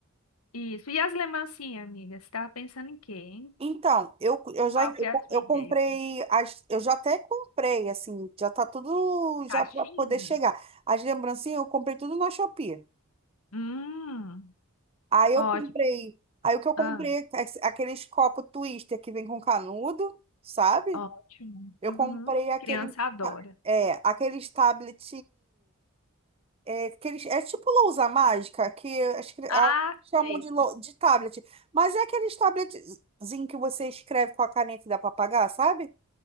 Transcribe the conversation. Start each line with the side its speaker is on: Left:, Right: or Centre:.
Left: isso. E as lembrancinhas, amiga? Você tava pensando em quê, hein?
Right: Então, eu, eu já
Left: Qual
Right: eu,
Left: que é
Right: co-
Left: a sua
Right: eu
Left: ideia?
Right: comprei, as, eu já até comprei, assim, já tá tudo já
Left: Caixinha?
Right: para poder chegar. As lembrancinhas eu comprei tudo na Shopee.
Left: Hum,
Right: Aí eu
Left: ótimo.
Right: comprei, aí o que eu comprei,
Left: Ah,
Right: é aque- aqueles copos Twister que vem com canudo, sabe?
Left: ótimo.
Right: Eu
Left: Uhum.
Right: comprei aqueles,
Left: Criança adora.
Right: é, aqueles tablet. É, que eles, é tipo lousa mágica, que acho que ah,
Left: Ah,
Right: chamam
Left: sei.
Right: de, lou- de tablet. Mas é aqueles tabletzinho que você escreve com a caneta e dá para apagar, sabe?